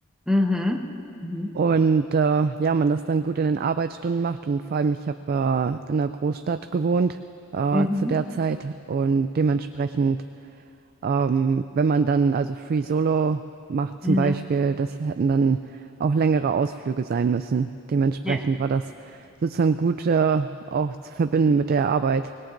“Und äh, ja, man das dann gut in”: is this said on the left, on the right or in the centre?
Right